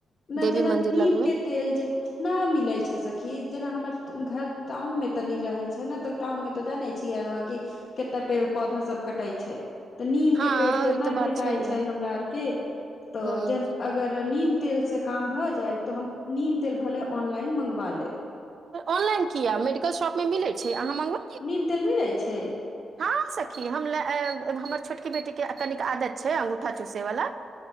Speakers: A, on the left (about 40°); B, on the right (about 45°).
A: ने
B: देवी
A: जेना
B: मंदिर
A: नीम
B: लगमे
A: के तेल जे नहि मिलैत छै सखीज जेना हमर घर टाउनमे तनि रहैत छै ने तऽ टाउन मे तऽ जानै छियै अहाँ क कते पेड़ पौधा सब कटे छै तऽ नीम
B: हँ
A: के पेड़ तो
B: ई
A: नहि
B: तऽ बात
A: भेटाइ
B: छैहे
A: छै हमरा आर के तऽ
B: हूँ
A: जे अगर नीम तेल सँ काम भऽ जाइ तऽ हम नीम तेल भले ऑनलाइन मँगवा लेब
B: ऑनलाइन कीया मेडिकल शॉप में मिलैत छै अहाँ माँंगवा
A: नीम तेल मिलै छै
B: हँ सखी हम हमर छोटकी बेटीके कनिक आदत छै अंगूठा चूसयवला